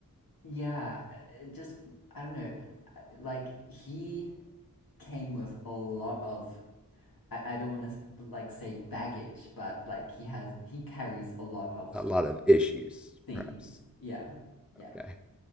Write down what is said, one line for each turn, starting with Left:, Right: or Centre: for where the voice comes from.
Left: yeah it just i don't know like he came with a lot of i, I don't want to like say baggage but like he has he carries a lot of
Centre: a lot of issues
Left: things
Centre: perhaps.
Left: yeah yeah
Centre: Okay.